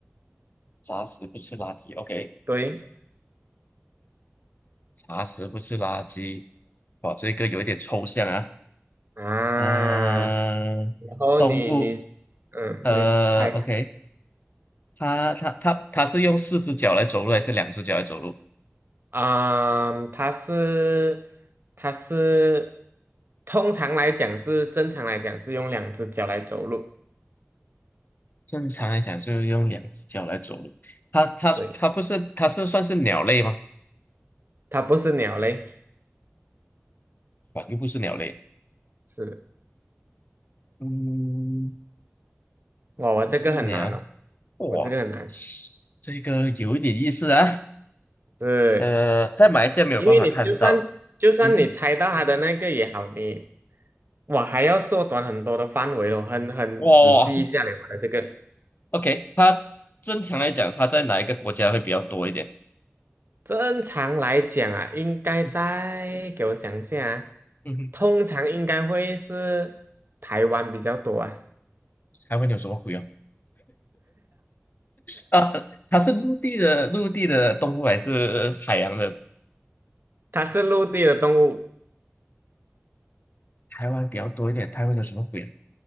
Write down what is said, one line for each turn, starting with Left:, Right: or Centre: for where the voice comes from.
Left: 杂食不吃垃圾，OK。
Right: 对
Left: 茶食不是垃圾。哇，这个有一点抽象啊。
Right: 啊，
Left: 嗯、
Right: 然后你你嗯，
Left: 动物，呃，OK，
Right: 你猜看
Left: 它它它它是用四只脚来走路还是两只脚来走路？
Right: 啊，它是它是通常来讲是正常来讲是用两只脚来走路，
Left: 正常来讲是用两只脚来走路。它它它不是它是算是鸟类吗？
Right: 对，它不是鸟类，
Left: 哇，又不是鸟类。
Right: 是
Left: 嗯，
Right: 哇，我这个很难哦，
Left: 不是鸟。哇，
Right: 我这个很难，
Left: 这个有一点意思啊。
Right: 对。
Left: 呃，在马来西亚没有办法看到。
Right: 因为你就算就算你猜到它的那个也好，
Left: 嗯哼，
Right: 你我还要缩短很多的范围哦，很很仔细一下嘞，
Left: 哇，
Right: 我的这个。
Left: OK，它正常来讲，它在哪一个国家会比较多一点？
Right: 正常来讲啊，应该在给我想一下啊，
Left: 嗯嗯哼，
Right: 通常应该会是台湾比较多啊，
Left: 还会有什么鬼啊？啊，它是陆地的陆地的动物还是海洋的？
Right: 它是陆地的动物
Left: 台湾比较多一点，台湾有什么鬼啊？